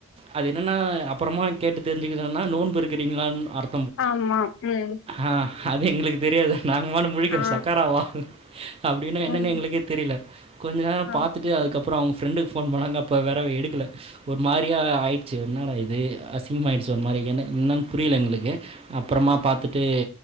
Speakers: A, on the right; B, on the left.
A: அது என்னன்னா அப்பறமா கேட்டு தெரிஞ்சுக்கனனா நோன்பு இருக்குறீங்களான் அர்த்
B: ஆமா ம்
A: ஆ அது எங்களுக்கு தெரியாது நாங்க <unintelligible> முழிக்கிற
B: ஆ
A: சக்காராவா அப்படின்னு என்னன்னு
B: ம்
A: எங்களுக்கே தெரியல கொஞ்ச நேர
B: ஆ
A: பாத்துட்டு அதுக்கப் அப்பற அவங்க ஃப்ரெண்டுக்கு ஃபோன் பண்ணாங்க அப்ப வெறவ எடுக்கல ஒரு மாரியா ஆயிடுச்சு என்னடா இது அசிங்கமாயிடுச்சு ஒரு மாரி ஏனா என்னன்னு புரியல எங்களுக்கு அப்பறமா பாத்துட்டு